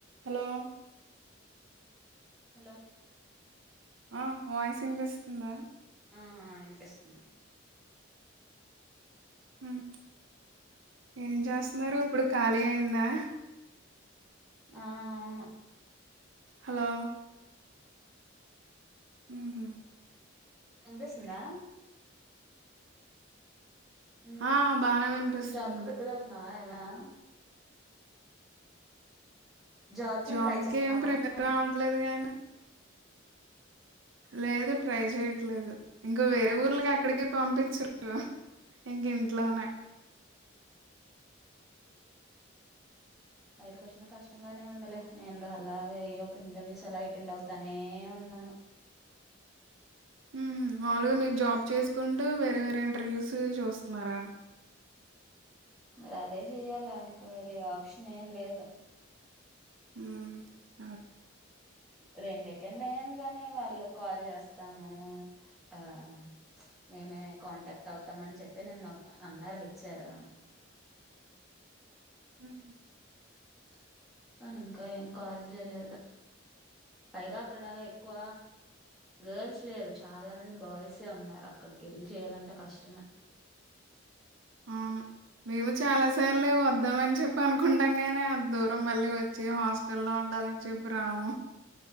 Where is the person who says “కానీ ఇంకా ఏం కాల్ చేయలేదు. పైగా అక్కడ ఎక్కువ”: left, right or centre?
Centre